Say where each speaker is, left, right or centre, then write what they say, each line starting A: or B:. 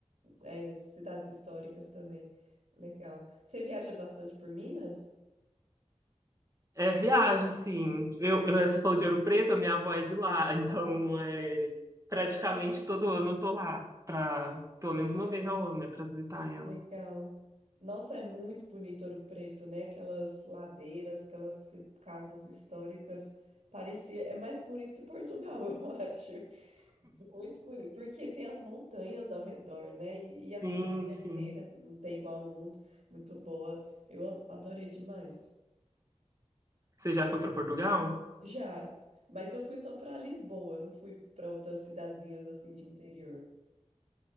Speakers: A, on the right; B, on the right.
A: é, cidades históricas também. Legal. Você viaja bastante por Minas?
B: É viagem, assim. Eu, eu- você falou de Ouro Preto, a minha avó é de lá, <laughs> então
A: Ah,
B: é, praticamente todo ano eu tô lá, pra, pelo menos uma vez ao ano, né, para visitar ela.
A: legal. Nossa, é muito bonito Ouro Preto, né? Aquelas ladeiras, aquelas ci- casas históricas. Parecia, é mais bonito que Portugal, <laughs> eu acho. Muito bonito, porque tem as montanhas ao redor, né? E, e a comida
B: Sim, sim.
A: mineira que não tem igual no mundo, muito boa. Eu a- adorei demais.
B: Você já foi para Portugal?
A: Já, mas eu fui só para Lisboa, não fui para outras cidadezinhas assim de interior.